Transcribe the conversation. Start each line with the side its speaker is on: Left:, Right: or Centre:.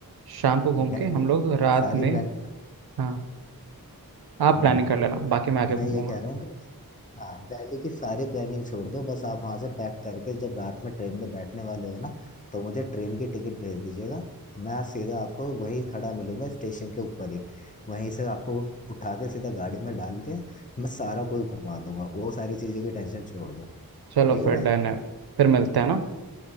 Right: शाम को घूम
Left: दिल्ली
Right: के हम लोग
Left: <laughs>
Right: रात
Left: सारी
Right: में
Left: प्लानिंग
Right: हाँ आप
Left: हाँ
Right: प्लानिंग कर लेना बाकी मैं आके घूमूंगा
Left: मैं ये कह रहा हूँ कि बस हाँ दिल्ली की सारी प्लानिंग छोड़ दो बस आप वहां से पैक करके जब रात में ट्रेन में बैठने वाले हो ना तो मुझे ट्रेन की टिकट भेज दीजिएगा मैं आज सीधा आपको वहीं खड़ा मिलूंगा स्टेशन के ऊपर ही वहीं से आपको उठा के सीधा गाड़ी में डाल के मैं सारा कोई घुमा दूंगा वो सारी चीजें की टेंशन छोड़ दो
Right: चलो
Left: ठीक
Right: फिर
Left: है भाई
Right: डन है फिर मिलते हैं ना